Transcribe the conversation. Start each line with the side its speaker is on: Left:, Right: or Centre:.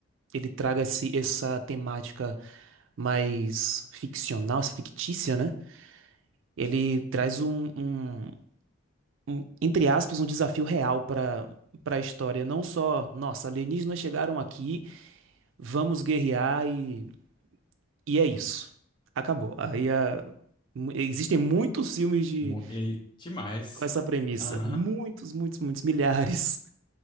Right: ele traga esse, essa temática mais ficcional, essa fictícia, né? Ele traz um, um- um, entre aspas, um desafio real para para a história. Não só, nossa, alienígenas chegaram aqui, vamos guerrear e, e é isso. Acabou. Aí a- mu- existem muitos filmes de,
Left: Mu- E que mais?
Right: com essa premissa.
Left: Aham.
Right: Muitos, muitos, muitos, milhares.